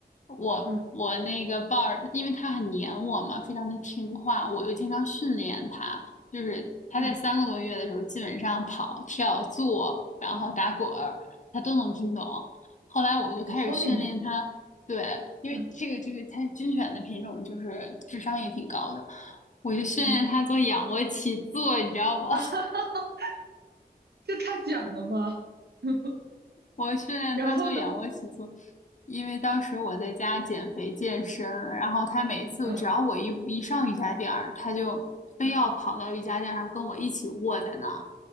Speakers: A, on the left; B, on the right.
A: 我我那个豹儿，
B: 嗯
A: 因为它很黏我嘛，非常的听话，我又经常训练它，就是它在三个多月的时候，
B: 嗯，
A: 基本上跑、跳、坐，然后打滚儿，它都能听懂。后来我就开始训练它，
B: 好聪明哦，
A: 对，因为这个这个它军犬的品种就是智商也挺高的，
B: 嗯
A: 我就训练它做仰卧起坐，
B: 嗯
A: 你知道吗？
B: 啊哈哈，<laughs> 这太简了吧，<laughs>
A: 我训练他做仰卧起坐，
B: 然后呢，
A: 因为当时我在家减肥健身，然后他每次只要我一一上瑜伽垫儿，
B: 嗯
A: 他就非要跑到瑜伽垫上跟我一起卧在那儿，
B: 嗯